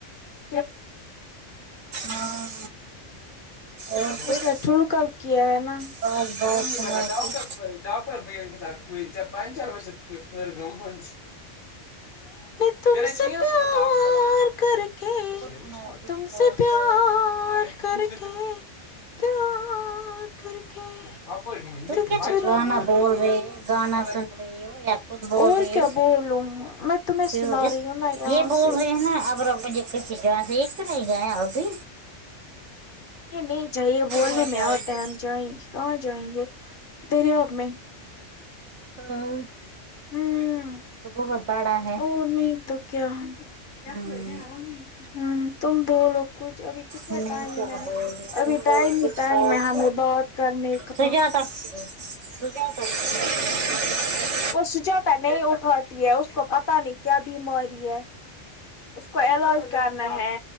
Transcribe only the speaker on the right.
ہاں اور کچھ
خاص بات
سنا کچھ <inaudible>
کچھ نہیں کچھ
خاص
بات
تم
کیا
گانا بول
رہے ہو گانا سن رہی ہو یا خود بول
رہی
ہو
کیوں
اس
یہ بول
رہے ہیں نا اب رب مجھے کسی جگہ ایک تو نہیں گیا ابھی
ہو جائے
گی
ہاں
تو بہت بڑا ہے
ہوں
میں
کیا
بولوں
تم بولو
کچھ
خاص
<unintelligible>